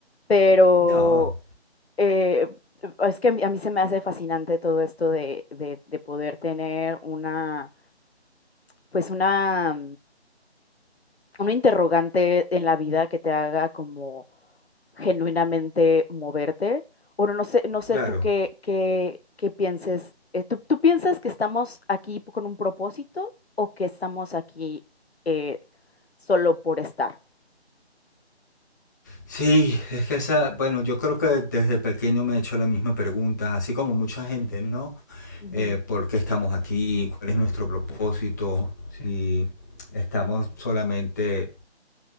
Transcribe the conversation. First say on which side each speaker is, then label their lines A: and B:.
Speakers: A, on the left; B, on the left.
A: Pero
B: No,
A: eh, es que a mí, a mí se me hace fascinante todo esto de, de- de poder tener una, pues una un interrogante en la vida que te haga como genuinamente moverte. Bueno, no sé, no sé
B: claro.
A: tú qué, qué, qué pienses. Eh, ¿tú, tú piensas que estamos aquí con un propósito o que estamos aquí eh, solo por estar?
B: Sí, es que esa, bueno, yo creo que desde pequeño me he hecho la misma pregunta, así como mucha gente, ¿no?
A: Ujú,
B: Eh, ¿por qué estamos aquí? ¿Cuál es nuestro propósito? Si estamos solamente